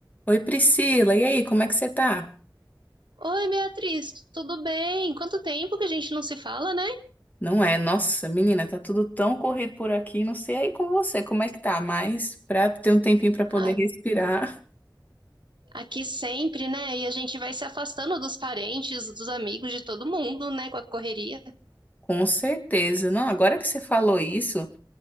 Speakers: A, on the left; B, on the right.
A: Oi, Priscila, e aí, como é que você tá?
B: Oi, Beatriz, tudo bem? Quanto tempo que a gente não se fala, né?
A: Não é? Nossa, menina, tá tudo tão corrido por aqui, não sei aí com você, como é que tá, mas pra ter um tempinho pra poder
B: A-
A: respirar,
B: Aqui sempre, né? E a gente vai se afastando dos parentes, dos amigos, de todo mundo, né? Com a correria.
A: <laughs> com certeza. Não, agora que você falou isso,